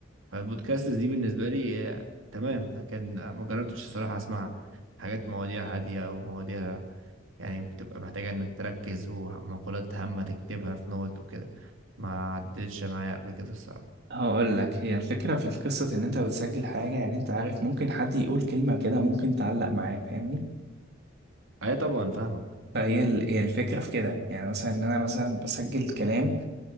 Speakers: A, on the right (about 80°); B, on the right (about 55°).
A: فالبودكاست دي بالنسبه لي آه، تمام لكن آه، ما جربتش الصراحه اسمع حاجات مواضيع هاديه او مواضيع يعني بتبقى محتاجه انك تركز ومقولات هامه تكتبها في نوت وكده ما عدتش معايا قبل كده الصراحه
B: هقول لك هي الفكرة في القصة إن أنت بتسجل حاجة يعني أنت عارف ممكن حد يقول كلمة كده ممكن تعلق معاك فاهمني
A: اي طبعا فاهمك
B: فهي ال- هي الفكرة في كده يعني مثلا إن أنا مثلا بسجل كلام